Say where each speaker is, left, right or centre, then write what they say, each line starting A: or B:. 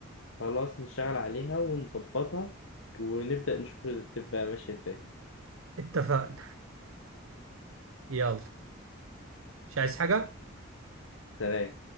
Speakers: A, on the left; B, on the right.
A: خلاص نشتغل عليها ونظبطها ونبدأ نشوف تبقى ماشية ازاي
B: اتفقنا يلا مش عايز حاجة
A: سلام